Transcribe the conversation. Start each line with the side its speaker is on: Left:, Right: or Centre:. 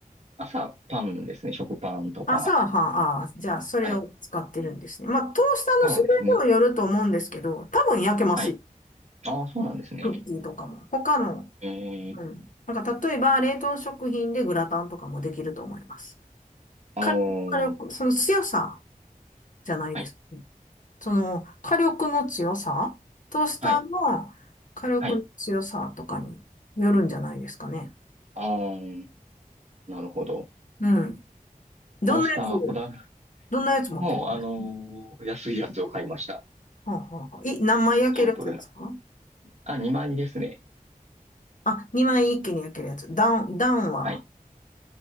Right: 朝、パンですね。食パンとか。
Left: 朝は、はああ、じゃあそれを使ってるんですね。
Right: はい。
Left: まあ、トースターの種類にもよると思うんですけど、
Right: そうですね。
Left: 多分焼けますよ。
Right: はい。ああ、そうなんですね。
Left: クッキーとかも。他の、
Right: え
Left: うん。
Right: ー、
Left: なんか例えば冷凍食品でグラタンとかもできると思います。
Right: お
Left: 火力、火力、
Right: ー、
Left: その強さじゃないです。
Right: はい、
Left: その火力の強さ、トースターの火力の強さとかによるんじゃないですかね。
Right: はい、はい。あー、なるほど。
Left: うん。どんなやつ、
Right: トースターはこだわ、
Left: どんなやつ持ってるんです
Right: もう、あのー安いやつを買いました。
Left: かはあはあはあい、何枚焼けるやつですか
Right: シンプルな。あ、万円ですね。
Left: あ、2枚一気に焼けるやつ。ダウン、ダウンは、
Right: はい。